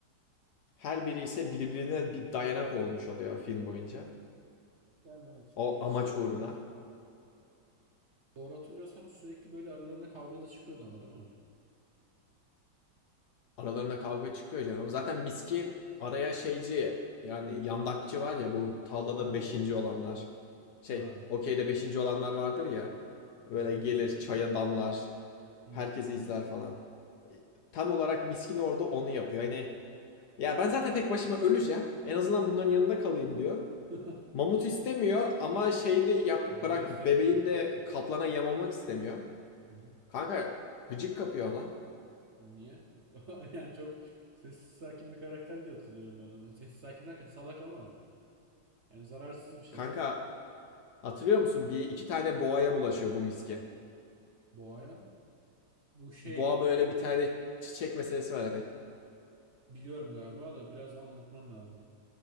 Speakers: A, on the left; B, on the right.
A: Her biri ise birbirine bir dayanak olmuş oluyor film boyunca.
B: Yani evet.
A: O
B: Gerçi
A: amaç uğruna.
B: doğru hatırlıyorsam sürekli böyle aralarında kavgalı çıkıyordu ama değil mi?
A: Aralarında kavga çıkıyor canım. Zaten miskin araya şeyci yani yandakçı var ya bu tavlada
B: A ara
A: beşinci
B: bulucu mu?
A: olanlar. Şey
B: Ha.
A: okeyde beşinci olanlar vardır ya. Böyle
B: <laughs>
A: gelir çaya damlar.
B: Hmm.
A: Herkesi izler falan. Tam olarak miskin orada onu yapıyor. Hani ya ben zaten tek başıma öleceğim. En azından bunların yanında kalayım diyor.
B: <laughs>
A: Mamut istemiyor ama şeyi de yap,
B: Niye
A: bırak
B: istemiyor
A: bebeğin
B: ki?
A: de kaplana yem olmak istemiyor.
B: Hı hı.
A: Kanka gıcık kapıyor lan.
B: Niye? <laughs> Yani çok sessiz sakin bir karakter diye hatırlıyorum ben onu. Sessiz sakin derken salak ama yani zararsız bir şey.
A: Kanka hatırlıyor musun? Bir iki tane boğaya bulaşıyor bu miski.
B: Boğaya. Bu şey
A: Boğa böyle bir tane çiçek meselesi var hani.
B: Biliyorum galiba da biraz anlatman lazım.